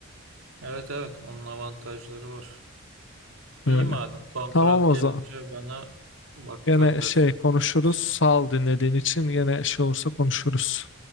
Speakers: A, on the right; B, on the left.
A: Evet evet onun avantajları var. İyi
B: Öyle.
A: madem kontrat
B: Tamam o
A: gelince
B: zaman.
A: bana bak
B: Gene
A: gönderirsin
B: şey konuşuruz.
A: bakarsın.
B: Sağ ol dinlediğin için. Gene şey olursa konuşuruz.